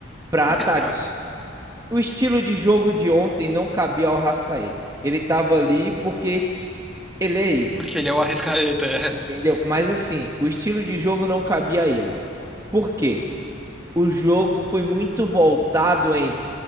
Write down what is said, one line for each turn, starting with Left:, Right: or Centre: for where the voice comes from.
Right: Para
Centre: Por
Right: ataques
Centre: que será?
Right: o estilo de jogo de ontem não cabia ao Rascaeta. Ele tava ali porque ele é ele,
Centre: Porque ele é o Arrascaeta. <laughs> é.
Right: entendeu? Mas assim, o estilo de jogo não cabia a ele. Por quê? O jogo foi muito voltado em